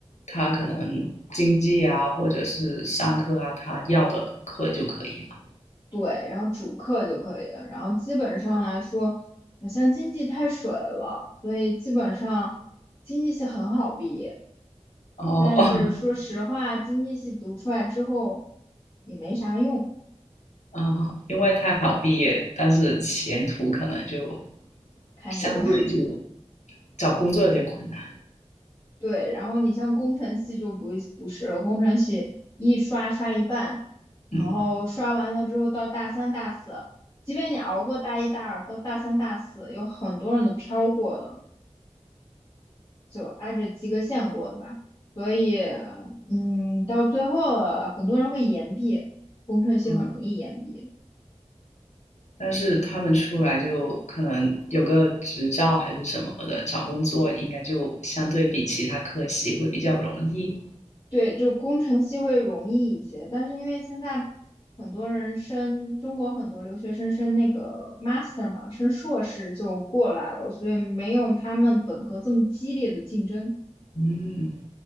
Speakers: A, on the left; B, on the left.
A: 他可能经济啊，或者是上课啊，他要的课就可以了。
B: 对，然后主课就可以了，然后基本上来说，像经济太水了，所以基本上经济系很好毕业。
A: 哦哦
B: 但是说实话，经济系读出来之后也没啥用，
A: 啊，因为太好毕业，但是前途可能就
B: 堪忧。
A: 相对就
B: <laughs>
A: 找工作有点困难。
B: 对，然后你像工程系就不不是了，工程系一刷刷一半，然后刷完了之后到大三大四，
A: 嗯
B: 即便你熬过大一大二，到大三大四有很多人都飘过的，就挨着及格线过的吧。所以，嗯，到最后很多人会延毕，工程系很容易延毕。
A: 嗯。但是他们出来就可能有个执照还是什么的，找工作应该就相对比其他科系会比较容易。
B: 对，就工程系会容易一些，但是因为现在很多人升，中国很多留学生升那个 master 嘛，升硕士就过来了，所以没有他们本科这么激烈的竞争。
A: 嗯，